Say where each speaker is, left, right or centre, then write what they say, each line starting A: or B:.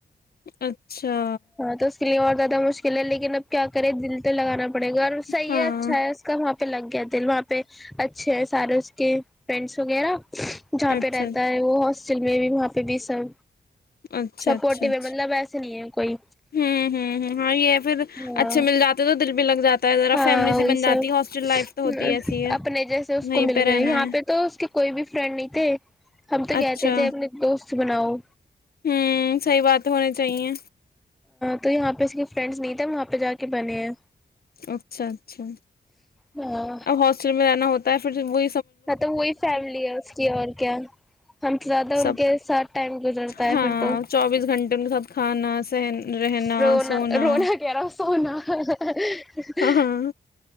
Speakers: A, on the left (about 60°); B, in the centre.
A: اچھا
B: ہاں توس کے لی یادہ مشکل ہے لیکن اب کیا کرے دل تو لگانا کپڑے گھر صحی
A: ہاں
B: ہے اچھا ہے اس کا پہ لگ گیا دے وہاں پہ اچھے ہیں سارے اس کے فرینڈس وغیرہ جہاں
A: اچھا
B: پہ رہتا ہے وہ مصل میں بھی وہاں پہ بھی سب
A: اچھا
B: سپورٹو
A: اچھا اچھا
B: ہے مطلب ایسے نہیں ہے کوئی
A: ہوں ہ ہ ہاں یہ پھر
B: ہاں
A: اچھے مل جاتا تو دل بھی لگ جاتا ہے ذرا
B: ہاں
A: فیملی سی
B: وہی
A: بن جاتی
B: سب
A: ہے ہاسٹل لائف تو ہوتی ایسی ہے
B: اپنے جیسے اس
A: وہیں
B: کو مل
A: پہ رہنا
B: گئے یہاں
A: ہے
B: پہ تو اس کے کوئی بھی فرینڈ نہیں تھے ہم تو
A: اچھا
B: کہتے تھے اپنے دوست ص بناؤ
A: ہوں صحی بات ہونی چاہیے
B: تو یہاں پہ اس فرینڈس نہیں تھ وہاں پہ جا کے بنے ہیں
A: اچھا اچھا
B: ہاں
A: اب ہاسٹل میں رہنا ہوتا ت پھر سے وہ
B: ہاں تو وہی فیملی ہے اس کی اور کیا ہم زیادہ ان
A: سب
B: کے ساتھ ٹائم گزرتا
A: ہاں
B: ہے پھر تو
A: چوبیس گھنٹے کے سات کھانا سہن رہنا
B: رونا
A: سونا
B: رونا کہہ رہا سونا ہ
A: ہاں ہاں